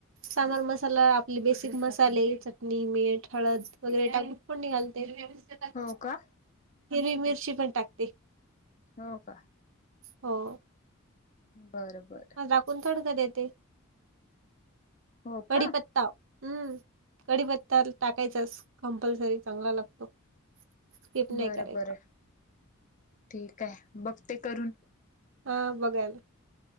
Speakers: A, on the right (about 65°); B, on the left (about 35°).
A: सामर मसाला आपले बेसिक मसाले चटणी मीठ हळद वगैरे टाकून. पण निघालतेरा
B: हो का
A: हिरवी मिरची पण टाकते.
B: हो का.
A: हो.
B: बरं बरं.
A: राखून थोडक देते
B: हो
A: कडीपत्ता.
B: का
A: हम्म कढीपत्ता टाकायचाच कमपलसरी चांगला लागतो. स्किप नाही
B: बर
A: करायचा.
B: बर ठीक आहे बघते करून.
A: हा बघाल.